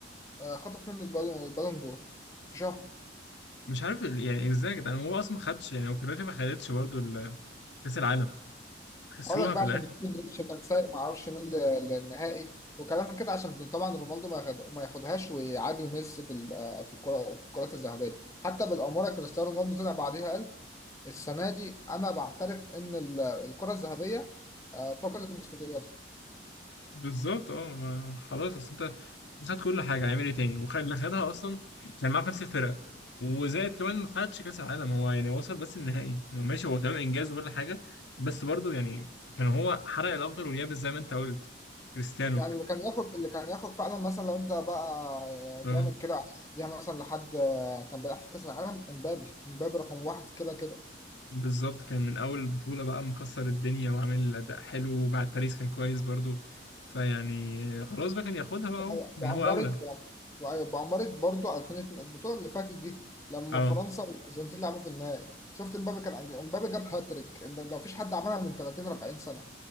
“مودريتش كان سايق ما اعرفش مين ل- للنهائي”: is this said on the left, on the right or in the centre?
Left